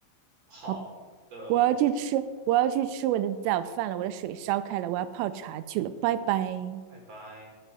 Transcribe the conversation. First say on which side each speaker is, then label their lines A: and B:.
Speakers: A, on the right; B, on the right.
A: 好的，
B: 好，我要去吃，我要去吃我的早饭了，我的水烧开了，我要泡茶去了，拜拜。
A: 拜拜。